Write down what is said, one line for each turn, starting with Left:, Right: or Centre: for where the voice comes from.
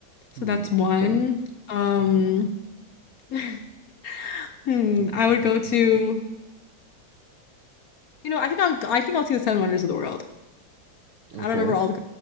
Left: So
Right: Hmm.
Left: that's one.
Right: Okay.
Left: Um,
Right: Mhm.
Left: <laughs> hmm,
Right: <laughs>
Left: I would go to you know I think I would, go- I think I'll see the Seven Wonders of the World.
Right: Okay.
Left: I don't remember all the